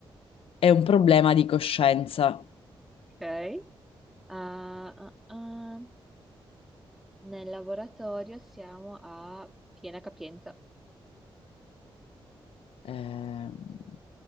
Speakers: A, on the left; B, in the centre.
A: è un problema di coscienza.
B: Ok. Ah, ah, ah. Nel laboratorio siamo a piena capienza.
A: Eh, mm,